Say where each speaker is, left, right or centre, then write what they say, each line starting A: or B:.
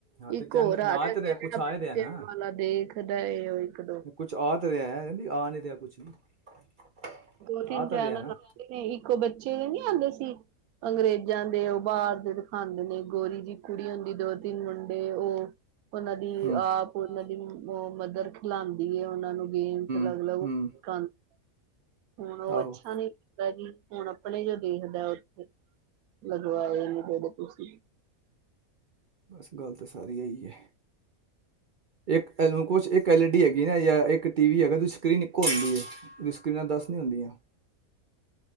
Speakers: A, on the right; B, on the right.
A: ਹਾਂ ਤੇ
B: ਇੱਕ
A: ਚੈਨਲ
B: ਹੋਰ
A: ਨਾ
B: ਆ ਰਿਹਾ ਸੀ
A: ਤੇ
B: ਜਿਹੜਾ
A: ਕੁਛ ਆ
B: ਬਚਿਆਂ
A: ਹੀ ਰਿਹਾ ਨਾ
B: ਵਾਲਾ ਦੇਖਦਾ ਉਹ ਇੱਕ ਦੋ
A: ਏ ਆ ਤੇ ਰਿਹਾ ਹੈ ਨਹੀਂ ਆ ਰਿਹਾ ਕੁਛ ਨਹੀਂ <unintelligible>
B: ਦੋ ਤਿੰਨ
A: ਆ
B: ਚੈਨਲ
A: ਧਰਿਆ ਨਾ
B: ਲੱਗਦੇ ਨੇ ਇੱਕੋ ਬੱਚੇ ਨੀ ਆਉਂਦੇ ਸੀ ਅੰਗਰੇਜ਼ਾਂ ਦੇ ਉਹ ਬ ਦਿਖਾਉਂਦੇ ਨੇ ਗੋਰੀ ਜਿਹੀ ਕੁੜੀ ਹੁੰਦੀ ਦੋ ਤਿੰਨ ਮੁੰਡੇ ਉਹ ਉਹਨਾਂ ਦੀ
A: ਹੂੰ
B: ਆਪ ਉਹਨਾਂ ਦੀ ਮਦਰ ਲਉਂਦੀ ਉਹਨਾਂ ਨੂੰ <unintelligible> ਗੇਮਸ ਅਲੱਗ
A: ਹੂੰ
B: ਅਲਗ
A: ਹੂੰ
B: ਖ <unintelligible> ਹੁਣ ਉਹ
A: ਆਹੋ
B: ਅੱਛਾ ਨੀ ਲੱਗਦਾ ਜੀ ਹੁਣ ਆਪਣੇ ਜੋ ਦੇਖਦਾ ਉੱਥੇ ਲਗਵਾਏ ਨ ਜੜ ਤੁਸੀਂ <unintelligible>
A: ਬਸ ਗੱਲ ਤਾਂ ਸਾਰੀ ਆਹੀ ਹੈ ਇੱਕ ਇੱਕ ਐਲ ਈ ਡੀ ਹੈਗੀ ਨਾ ਜਾਂ ਇੱਕ ਟੀ ਵੀ ਹੈਗਾ ਉਹਦੀ ਸਕਰੀਨ ਇੱਕੋ ਹੁੰਦੀ ਹੈ ਉਹਦੀ ਸਕਰੀਨਾਂ ਦੱਸ ਨਹੀ ਹੁੰਦੀਆਂ